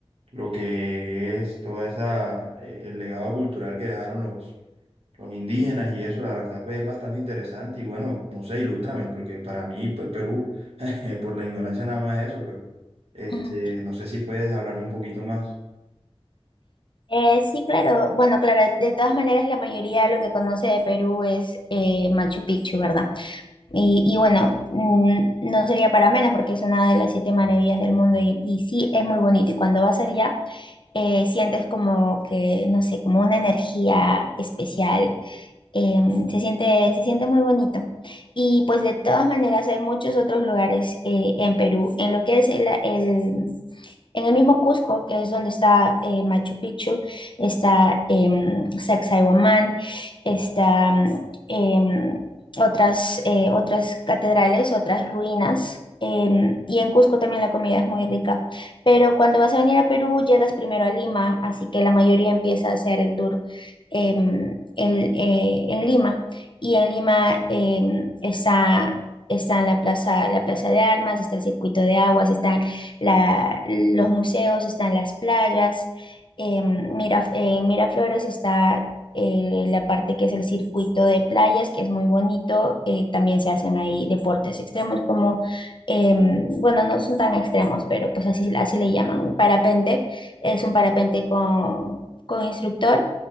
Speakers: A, on the right; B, on the left.
A: lo que es toda esa, eh, el legado cultural que dejaron los, los indígenas y eso, la verdad, pues es bastante interesante y bueno, no sé, ilústrame, porque para mí, pues Perú, <laughs> por la ignorancia nada más es eso, pero este,
B: ujú.
A: no sé si puedes hablarme un poquito más.
B: Eh, sí, claro. Bueno, claro, de todas maneras la mayoría lo que conoce de Perú es eh, Machu Picchu, ¿verdad? Y, y bueno, mm, no sería para menos porque es una de las siete maravillas del mundo y, y sí es muy bonito. Y cuando vas allá, eh, sientes como que, no sé, como una energía especial. Em, se siente, se siente muy bonito. Y pues de todas maneras hay muchos otros lugares eh, en Perú. En lo que es el, el- en el mismo Cusco, que es donde está eh, Machu Picchu, está em, Sacsayhuamán, está mm, em, otras, eh, otras catedrales, otras ruinas. em, y en Cusco también la comida es muy rica. Pero cuando vas a venir a Perú, llegas primero a Lima, así que la mayoría empieza a hacer el tour em, en, eh, en Lima. Y en Lima em, está, está en la plaza, la plaza de armas, está el circuito de aguas, está la- los museos, están las playas, en Mira, en Miraflores está eh, la parte que es el circuito de playas, que es muy bonito, eh, también se hacen ahí deportes extremos como, em, bueno, no son tan extremos, pero pues así, así le llaman, parapente, es un parapente con, con instructor.